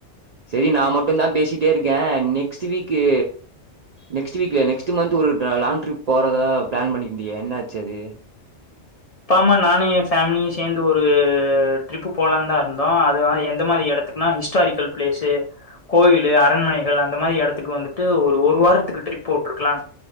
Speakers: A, on the right; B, on the left.
A: சரி நா மட்டுந்தா பேசிட்டே இருக்கேன் நெக்ஸ்ட் வீக்கு நெக்ஸ்ட் வீக்ல்ல நெக்ஸ்ட் மந்த் ஒரு ட்றா லாங் ட்ரிப் போறதா ப்ளான் பண்ணிர்ந்தியே என்னாச்சு அது
B: அப்பாம்மா நானு என் ஃபேமிலியு சேந்து ஒரு ட்ரிப்பு போலான்தா இருந்தோ அது நா எந்த மாதிரி எடத்துக்குனா ஹி ஸ்டாரிக்கல் பிளேஸு கோயிலு அரண்மனைகள் அந்த மாரி எடத்துக்கு வந்துட்டு ஒரு ஒரு வாரத்துக்கு ட்ரிப் போட்ருக்கலான்